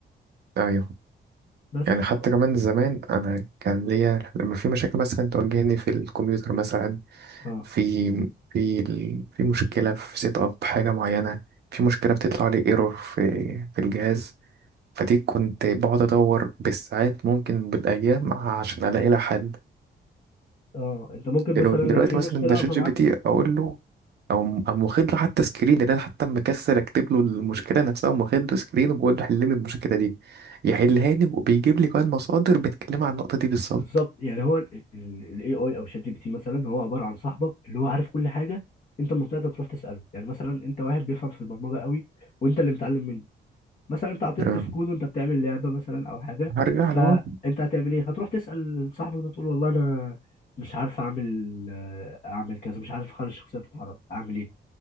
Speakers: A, on the right; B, on the left.
A: ايوه
B: بس ف...
A: يعني حتى كمان زمان انا كان ليا لما في مشاكل مثلا تواجهني في الكمبيوتر مثلا
B: اه
A: في في ال- في مشكله في سيت اب حاجه معينه في مشكله بتطلع لي ايرور في في الجهاز فدي كنت بقعد ادور بالساعات ممكن بالايام عشان الاقي لها حل
B: اه انت ممكن مثلا
A: دلو- دلوقتي
B: لو في مشكله
A: مثلا ده
B: واقفه
A: شات جي
B: معاك
A: بي تي اقول له او م- أم واخد له حتى سكرين اللي انا حتى مكسر اكتب له المشكله نفسها قام واخد له سكرين وبقول له حل لي المشكله دي يحلها لي وبيجيب لي كمان مصادر بتتكلم عن النقطه دي بالظبط
B: بالظبط يعني هو الاي اي او شات جي بي تي مثلا هو عباره عن صاحبك اللي هو عارف كل حاجه انت لما بتقدر تروح تساله يعني مثلا انت واحد بيفهم في البرمجه قوي وانت اللي متعلم منه مثلا انت عطلت
A: آه،
B: في كود وانت بتعمل لعبه مثلا او حاجه
A: هرجع له
B: فانت هتعمل ايه هتروح تسال صاحبك ده تقول والله انا مش عارف اعمل آه، اعمل كذا مش عارف اخلي الشخصيه تتحرك اعمل ايه